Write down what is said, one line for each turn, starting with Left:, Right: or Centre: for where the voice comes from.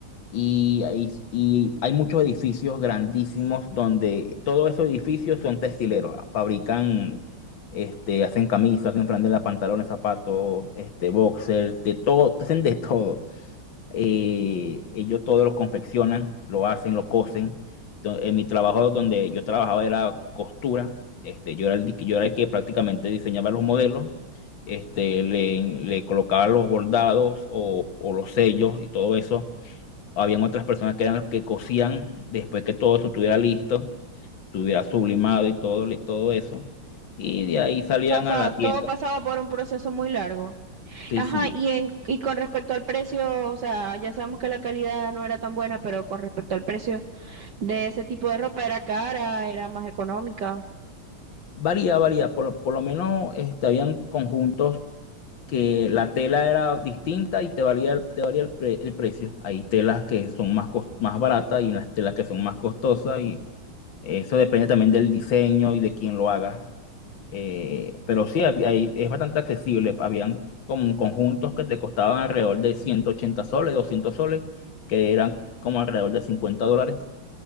Left: Y hay, y hay muchos edificios grandísimos donde todos esos edificios son textileros. Fabrican, este, hacen camisas, hacen franelas, pantalones, zapatos, este, boxers, de todo, hacen de todo eh, ellos todo lo confeccionan, lo hacen, lo cosen. Do- En mi trabajo donde yo trabajaba era costura, este, yo era el, di- yo era el que prácticamente diseñaba los modelos, este, le, le colocaba los bordados o, o los sellos y todo eso. Habían otras personas que eran las que cosían después que todo eso estuviera listo, estuviera sublimado y todo, le- todo eso. Y de ahí salían
Right: Pasa,
Left: a la tienda.
Right: todo pasaba por un proceso muy largo.
Left: Sí,
Right: Ajá,
Left: sí.
Right: y, en, y con respecto al precio, o sea, ya sabemos que la calidad no era tan buena, pero con respecto al precio de ese tipo de ropa era cara, era más económica.
Left: Varía, varía. Por, por lo menos este, habían conjuntos que la tela era distinta y te valía, el- te varía el, pre- el precio. Hay telas que son más, cos- más baratas y las telas que son más costosas y eso depende también del diseño y de quién lo haga. Eh, pero sí, hab- hay- es bastante accesible. Habían como conjuntos que te costaban alrededor de 180 soles, 200 soles, que eran como alrededor de 50 dólares